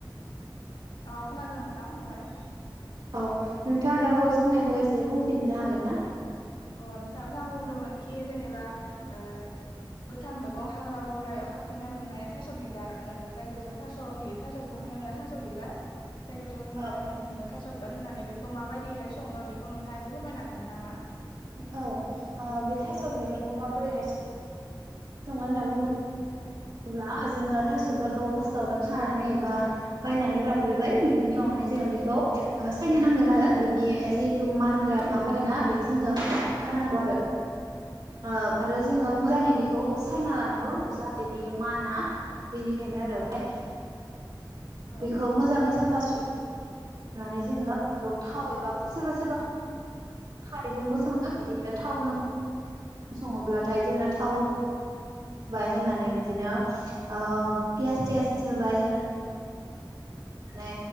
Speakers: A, on the left (about 80°); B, on the right (about 65°).
A: अ खोनादों नोंथां बुंलाय
B: औ नोंथाङा दा बावैसो बुंनायखौ एसे बुंफिननो हागोन ना?
A: अ नोंथांखौ आं बुंदोंमोनखि जेनेबा ओ गोथां मैगं हांग्रा-बंग्रायाव खाबथिंना मोननाय थास' बिबार ओ जायखौ जों थास'नि थास' बिफां ना माया थास' बिबार जायखौ जों बुंना
B: औ
A: हो होनो थास' बिबार होननानै बेखौ माबायदिहाय सङो बेखौ नोंथाङा एसे फोरमायनो हागौमोन नामा
B: औ ओ बे थास' बिबारखौ माबोरैहाय सङो होनना बुङो ब्ला जोङो थास' बिबारखौ फार्स्टावनो खानानै एबा बायनानै लाबग्रोबाय बेनियावहाय जोङो बेखौ ओ सायनो नांगोन आरो बिनि ओ जिहेथु मानग्रा माबा दोंना बेखौ जोङो गारनांगौ आरो ओ आरो जोङो मोजाङै बेखौ
A: औ
B: सायना लानांगौ जा माना बेनिखायनो आरो ओमफाय
A: औ
B: बेखौ मोजाङै साफा सु नानै जोङो बेखौ थाव एबा बा सोरबा सोरबा खारैजोंबो सङो बिदिनो थावजों सङोब्लाथाय जोङो थाव होबाय होनानै बिदिनो ओ पियास थियास सोबाय होनानै माने